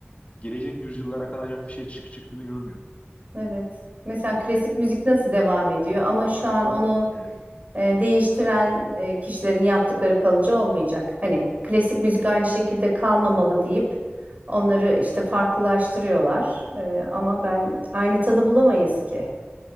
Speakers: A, on the left; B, on the right.
A: gelecek yüzyıllara kalacak bir şey çık çıktığını görmüyorum.
B: Evet. Mesela klasik müzik nasıl devam ediyor ama şu an onu
A: Evet.
B: e, değiştiren e, kişilerin yaptıkları kalıcı olmayacak. Hani klasik müzik aynı şekilde kalmamalı deyip onları işte farklılaştırıyorlar. E, ama ben aynı tadı bulamayız ki.